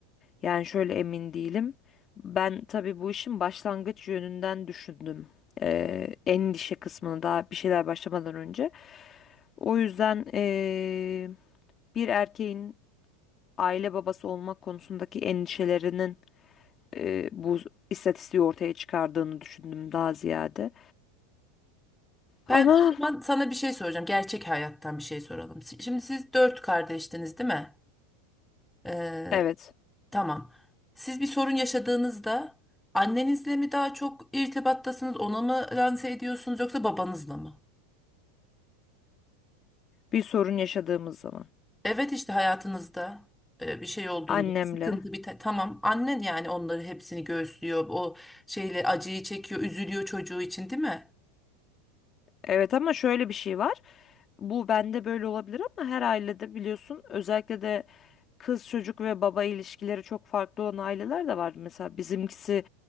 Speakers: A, on the left (about 35°); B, in the centre.
A: Yani şöyle emin değilim. Ben tabii bu işin başlangıç yönünden düşündüm. E, endişe kısmını daha bir şeyler başlamadan önce. O yüzden e, bir erkeğin aile babası olmak konusundaki endişelerinin e, bu istatistiği ortaya çıkardığını düşündüm daha ziyade.
B: Ben
A: Ama
B: o zaman sana bir şey soracağım gerçek hayattan bir şey soralım. Si- Şimdi siz dört kardeştiniz değil mi? Ee,
A: evet
B: Tamam. Siz bir sorun yaşadığınızda annenizle mi daha çok irtibattasınız, ona mı lanse ediyorsunuz yoksa babanızla mı?
A: bir sorun yaşadığımız zaman
B: Evet işte hayatınızda e, bir şey olduğunda
A: annemle.
B: bir sıkıntı bir te- tamam annen yani onları hepsini göğüslüyor o şeyle acıyı çekiyor üzülüyor çocuğu için değil mi?
A: Evet ama şöyle bir şey var. Bu bende böyle olabilir ama her ailede biliyorsun özellikle de kız çocuk ve baba ilişkileri çok farklı olan aileler de var. Mesela bizimkisi